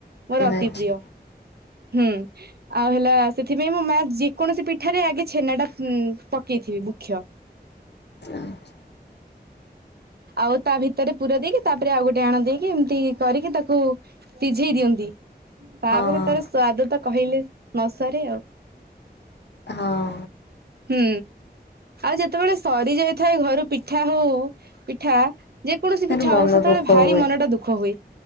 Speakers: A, on the right; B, on the left.
A: ମୋର ଅତି
B: ଆଚ୍ଛା
A: ପ୍ରିୟ ହୁଁ। ଆଉ ହେଲା ସେଥିପାଇଁ ମୋ ମା ଯେକୌଣସି ପିଠାରେ ଆଗେ ଛେନାଟା ଉ ପକେଇଥିବେ। କ୍ଷ।
B: ଆଛା <inaudible>
A: ଆଉ ତା ଭିତରେ ପୁର ଦେଇକି ତାପରେ ଆଉ ଗୋଟେ ଆଣ ଦେଇକି ଏମିତି କରିକି ତାକୁ ସିଝେଇ ଦିଅନ୍ତି। ତାପରେ
B: ହଁ
A: ତାର ସ୍ୱାଦ ତ କହିଲେ ନ ସରେ ଆଉ
B: ହଁ।
A: ହୁଁ ଆଉ ଯେତେବେଳେ ସରି ଯାଇଥାଏ ଘରୁ ପିଠା ହଉ ପିଠା ଯେକୌଣସି
B: ମୋର
A: ପିଠା
B: ମନ
A: ହଉ ସେତେବେଳେ
B: ଦୁଃଖ
A: ଭାରି
B: ହୁଏ।
A: ମନଟା ଦୁଃଖ ହୁଏ।